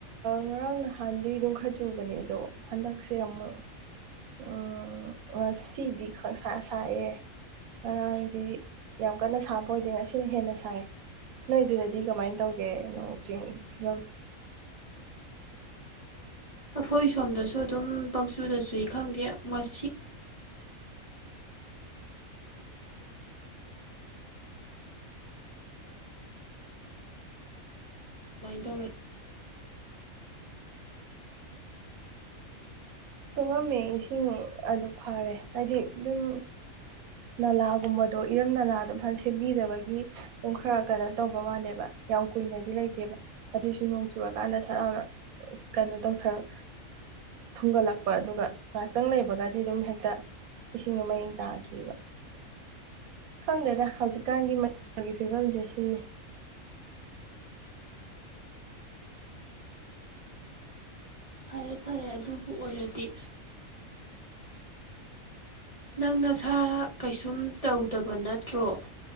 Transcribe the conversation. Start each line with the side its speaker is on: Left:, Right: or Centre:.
Right: ꯉꯔꯥꯡ ꯅꯍꯥꯟꯗꯤ ꯑꯗꯨꯝ ꯈꯔ ꯆꯨꯕꯅꯦ ꯑꯗꯣ ꯍꯟꯗꯛꯁꯦ ꯑꯃꯨꯛ ꯎꯝ ꯉꯁꯤꯗꯤ ꯈꯪꯁꯥ ꯁꯥꯏꯑꯦ ꯉꯔꯥꯡꯗꯤ ꯌꯥꯝ ꯀꯟꯅ ꯁꯥꯕ ꯑꯣꯏꯗꯦ ꯉꯁꯤꯅ ꯍꯦꯟꯅ ꯁꯥꯏ ꯅꯣꯏꯗꯨꯗꯗꯤ ꯀꯃꯥꯏꯅ ꯇꯧꯒꯦ ꯅꯣꯡ ꯆꯤꯡꯒꯤ ꯐꯤꯕꯝ
Left: ꯑꯩꯈꯣꯏ ꯁꯣꯝꯗꯁꯨ ꯑꯗꯨꯝ ꯄꯪꯆꯨꯗꯁꯨꯨꯏ ꯈꯪꯗꯦ ꯉꯁꯤ ꯑꯗꯨꯃꯥꯏꯅ ꯇꯧꯔ‌ꯦ
Right: ꯇꯨꯡꯉꯝꯃꯦ ꯏꯁꯤꯡ ꯑꯗꯨ ꯐꯔꯦ ꯍꯥꯏꯗꯤ ꯑꯗꯨꯝ ꯅꯂꯥꯒꯨꯝꯕꯗꯣ ꯏꯔꯝ ꯅꯂꯥꯗꯣ ꯐꯖꯟ ꯁꯦꯝꯕꯤꯗꯕꯒꯤ ꯑꯗꯨꯝ ꯈꯔ ꯀꯩꯅꯣ ꯇꯧꯕ ꯋꯥꯂꯦꯕ ꯌꯥꯝ ꯀꯨꯏꯅꯗꯤ ꯂꯩꯇꯦꯕ ꯑꯗꯨꯏꯁꯨ ꯅꯣꯡ ꯆꯨꯔꯀꯥꯟꯗ ꯁꯠ ꯂꯥꯎꯅ ꯀꯩꯅꯣ ꯇꯧꯔꯛ ꯊꯨꯡꯒꯠꯂꯛ ꯑꯗꯨꯒ ꯉꯥꯏꯍꯥꯛꯇꯪ ꯂꯩꯕꯒꯗꯤ ꯑꯗꯨꯝ ꯍꯦꯛꯇ ꯏꯁꯤꯡꯗꯣ ꯃꯌꯦꯡ ꯇꯥꯈꯤꯕ ꯈꯪꯗꯦꯗ ꯍꯧꯖꯤꯛꯀꯥꯟꯒꯤ ꯃꯅꯤꯄꯨꯔꯒꯤ ꯐꯤꯕꯝꯁꯦ ꯁꯤꯅ‌ꯦ
Left: ꯐꯔꯦ ꯐꯔꯦ ꯑꯗꯨꯕꯨ ꯑꯣꯏꯔꯗꯤ ꯅꯪ ꯅꯁꯥ ꯀꯩꯁꯨꯝ ꯇꯧꯗꯕ ꯅꯠꯇ꯭ꯔꯣ